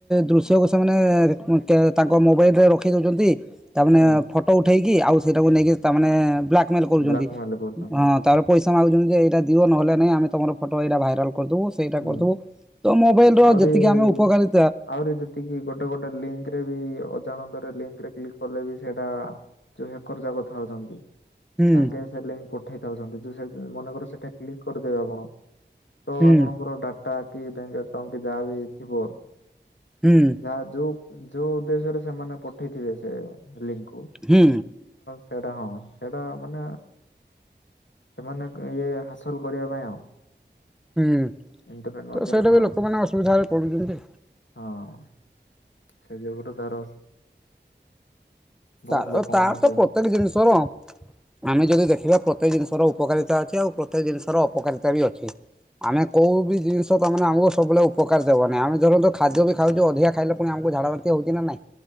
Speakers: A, in the centre; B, on the left.
A: ଦୃଶ୍ୟକୁ ସେମାନେ ତାଙ୍କ ମୋବାଇଲରେ ରଖେଇ ଦେଉଛନ୍ତି। ତା ମାନେ
B: ହୁଁ
A: ଫଟୋ ଉଠେଇକି ଆଉ ସେଇଟାକୁ ନେଇକି ତା ମାନେ ବ୍ଲାକ୍ ମେଲ୍ କରୁଛନ୍ତି
B: ବ୍ଲାକମେଲ କରୁଛନ୍ତି
A: ହଁ ତାପରେ ପଇସା ମାଗୁଛନ୍ତି। ଯେ ଏଇଟା ଦିଅ ନହେଲେ ନାଇ ଆମେ ତମର ଫଟୋ ଏଇଟା ଭାଇରାଲ୍ କରିଦବୁ ସେଇଟା
B: ହୁଁ
A: କରିଦବୁ ତ ମୋବାଇଲ୍ ର
B: ଆହୁରି
A: ଯେତିକି ଆମେ ଉପକାର
B: ଆହୁରି ଯେତିକି ଗୋଟେ ଗୋଟେ ଲିଙ୍କ୍ ରେ ବି ଅଜାଣତା ଏବେ ଲିଙ୍କ୍ ରେ କ୍ଲିକ୍ କଲେ ବି ସେଇଟା ଯୋଉ ହ୍ୟାକର କଥା ହଉଛନ୍ତି।
A: ହୁଁ
B: ତାଙ୍କେ ସେ ଲିଙ୍କ ପଠେଇଥାଉଛନ୍ତି ଯେଁ ମନେକ ସେଠା କ୍ଲିକ୍ କରିଦେବେ ଆପଣ। ତ
A: ହୁଁ।
B: ଆପଣଙ୍କର ଡାଟା କି ବ୍ୟାଙ୍କ୍ ଆକାଉଣ୍ଟ କି ଯାହାବି ଥିବ।
A: ହୁଁ
B: ଯାହା ଯୋଉ ଯୋଉ ଉଦ୍ଦେଶ୍ୟରେ ସେମାନେ ପଠେଇଥିବେ ସେ ଲିଙ୍କ୍
A: ହୁଁ।
B: ସେଇଟା ହଁ ସେଇଟା ମାନେ ସେମାନେ ଇଏ ହାସଲ କରିବା ପାଇଁ ଆଉ
A: ହୁଁ
B: ଇଣ୍ଟରନେଟ ମାଧ୍ୟମରେ
A: ତ ସେଇଟା ବି
B: ହଁ
A: ଲୋକମାନେ ଅସୁବିଧାରେ ପଡୁଛନ୍ତି।
B: ହଁ ସେ ଯୁଗରୁ ତାର ବହୁତ
A: ତାର
B: ଲୋକମାନେ
A: ତାର ତ
B: ସେ ହଁ
A: ପ୍ରତ୍ୟେକ ଜିନିଷ ର ଆମେ ଯଦି ଦେଖିବା ପ୍ରତ୍ୟକ ଜିନିଷ ଉପକାରିତା ଅଛି ଆଉ ପ୍ରତେକ ଜିନିଷର ଅପକାରିତା ବି ଅଛି। ଆମେ କୋଉ ବି ଜିନିଷ ତା ମାନେ ଆମକୁ ସବୁବେଳେ ଉପକାର ଦେବନି। ଆମେ ଧରନ୍ତୁ ଖାଦ୍ୟ ବି ଖାଉଛୁ ଅଧିକା ଖାଇଲେ ପୁଣି ଆମକୁ ଝାଡା ବାନ୍ତି ହଉଛି ନା ନାଇଁ